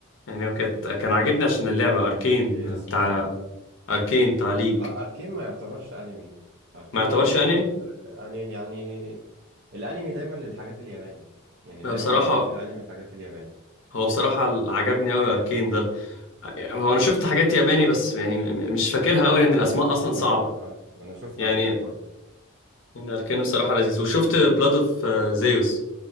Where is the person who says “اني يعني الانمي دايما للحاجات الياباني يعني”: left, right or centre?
Right